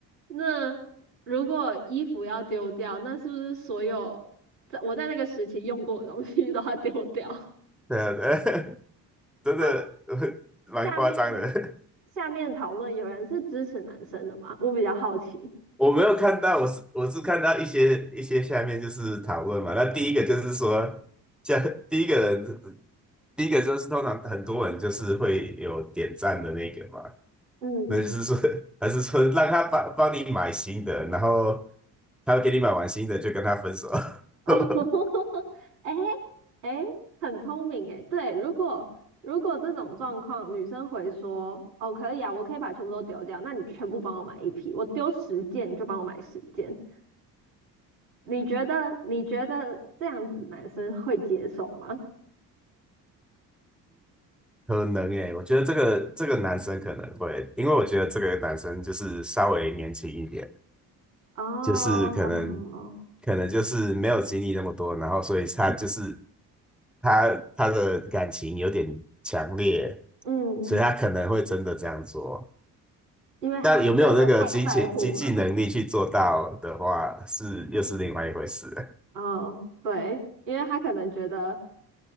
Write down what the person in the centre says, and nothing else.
<laughs> 对啊，对啊 <laughs> 真的呃蛮夸张的。
<laughs> 我没有看到，我是我是看到一些一些下面就是讨论嘛。那第一个就是说，像第一个人，第一个就是通常很多人就是会有点赞的那个嘛。
那就是说，还是说让他帮帮你买新的，然后他给你买完新的就跟他分手。
<laughs>
可能诶，我觉得这个这个男生可能会，因为我觉得这个男生就是稍微年轻一点，
就是可能可能就是没有经历那么多，然后所以他就是他他的感情有点强烈，
所以他可能会真的这样做。
但有没有那个经济经济能力去做到的话，是又是另外一回事。<laughs>